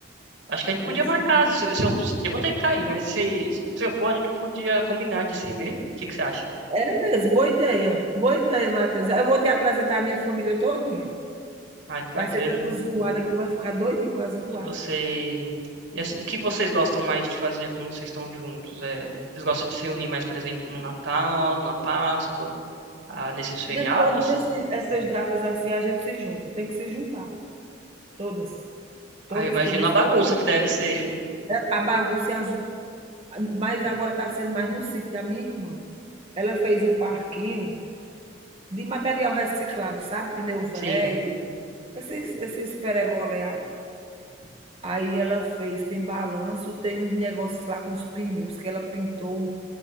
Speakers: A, on the right (about 70°); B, on the right (about 30°).
A: Acho que a gente podia
B: é sim.
A: marcar. Se, se eu, eu vou tentar ir, né? Se, se eu for, a gente podia combinar de se ver. O que que você acha?
B: Era mesmo, boa ideia. Boa ideia, Matheus. Eu vou te apresentar a minha família todinha.
A: Ai, que bacana.
B: Vai ser tanta zoada que tu vai ficar doidinho com a zoada.
A: E você. E assim, o que vocês gostam mais de fazer quando vocês estão juntos? É, vocês gostam de se reunir mais, por exemplo, no Natal, na Páscoa, ah, nesses feriados?
B: De todas esses- essas datas assim, a gente se junta. Tem que se juntar. Todas.
A: Ah,
B: Todas,
A: eu imagino
B: todas,
A: a bagunça
B: todas.
A: que deve ser. <laughs>
B: a bagunça é a Mas agora está sendo mais no sítio da minha irmã. Ela fez um parquinho de material reciclado, sabe? Pneu velho,
A: Sim,
B: esses, esses peregolé aí. Aí ela fez, tem balanço, tem uns negócios lá com os pneus, que ela pintou